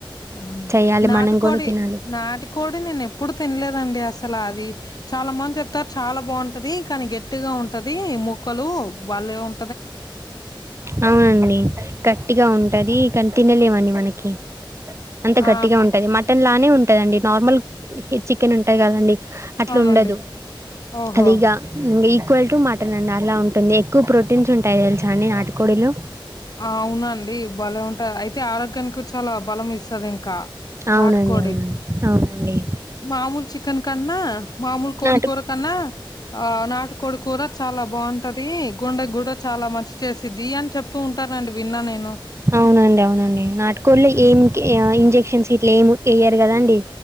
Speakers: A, on the left; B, on the right.
A: అవునం
B: చెయ్యాలి
A: నాటుకోడి
B: మనం కూడా తినాలి.
A: నాటికోడి నేను ఎప్పుడు తినలేదండి అసలు అది చాలా మంది చెప్తారు చాలా బాగుంటది కానీ గట్టిగా ఉంటది ముక్కలు బలె ఉం
B: ఆ అండి గట్టిగా ఉంటది కని తినలేం మండి మనకి అంత
A: ఆ
B: గట్టిగా ఉంటంది మటన్ లానే ని ఉంటదండి నార్మల్ చికెన్ ఉంటది కదండి అట్ల
A: అవునండి
B: ఉండదు
A: ఓహో
B: అదిగ నీక్ ఈక్వల్ టు మటన్ అండి అలా ఉంటుంది ఎక్కువ ప్రోటీన్స్ ఉంటాయి తెలుసా అండి నాటుకోడిలో
A: ఆ అవునండి బాలే ఉంటాయి అయితే ఆరోగ్యానికి చాలా బలం ఇస్తది ఇంకా
B: అవునండి
A: నాటుకోడి
B: అవును అవునండి
A: మామూలు చికెన్ కన్నా మామూలు కోడి
B: నాటు
A: కూర కన్నా ఆ నాటు కోడి కూర చాలా బాగుంటది గుండె కూడా చాలా మంచి చేసిద్ది అని చెప్తూ ఉంటారు అండి విన్నా నేను
B: అవునండి అవునండి నాటుకోళ్ళో ఏం ఇంజెక్షన్స్ ఇట్లా ఏమి అయ్యారు కదా అండి